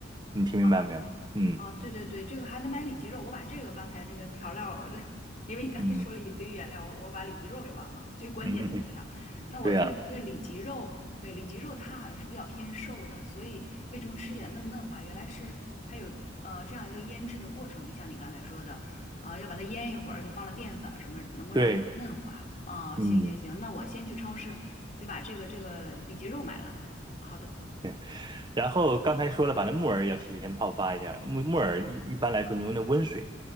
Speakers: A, on the right (about 25°); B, on the left (about 40°).
A: 你听明白没有？
B: 哦哦哦，
A: 嗯
B: 对对对，这个还得买里脊肉，我把这个刚才这个调料儿 <laughs> 因为你刚才说了一堆原料，
A: 嗯
B: 我我把里脊肉给忘了，最关键的原料。
A: 嗯，嗯 <laughs>
B: 那我就这里脊肉，
A: 对呀、
B: 对，里脊肉它好像是比较偏瘦的，所以为什么吃起来那么嫩滑？原来是它有呃这样一个腌制的过程，就像你刚才说的，呃，要把它腌一会儿，而且放了淀粉啊什么，能够让它嫩滑。
A: 对，
B: 哦，
A: 嗯。
B: 行行行，那我先去超市，对吧？这个这个里脊肉买了，好的。
A: 对然后刚才说了，把那木耳要提前泡发一下。木木耳一一般来说，你用那温水